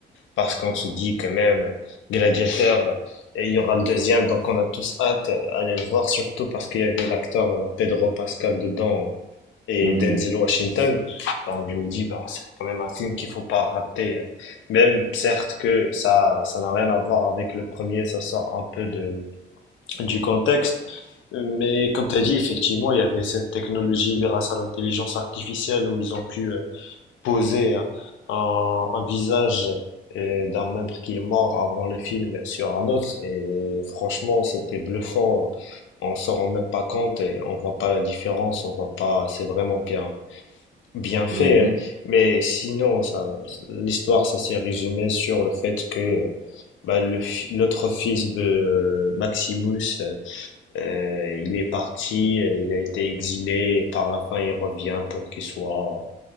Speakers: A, on the left; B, on the right.
A: parce qu'on se dit quand même Gladiateur et il y aura le deuxième donc on a tous hâte d'aller le voir surtout parce qu'il y avait l'acteur Pedro Pascal dedans et
B: oui.
A: Denzel Washington donc je me dis bah c'est quand même un film qu'il faut pas rater même certes que ça ça n'a rien à voir avec le premier ça sort un peu de du contexte mais comme tu as dit effectivement il y avait cette technologie grâce à l'intelligence artificielle où ils ont pu euh, poser un, un visage euh, d'un membre qui est mort avant le film sur un autre. Et franchement, c'était bluffant. On s'en rend même pas compte et on voit pas la différence. On voit pas. C'est vraiment bien, bien fait.
B: Mm, mhm,
A: Mais sinon, ça, l'histoire, ça s'est résumé sur le fait que bah, le fi- l'autre fils de Maximus, euh, il est parti, euh, il a été exilé. Et par la fin, il revient pour qu'il soit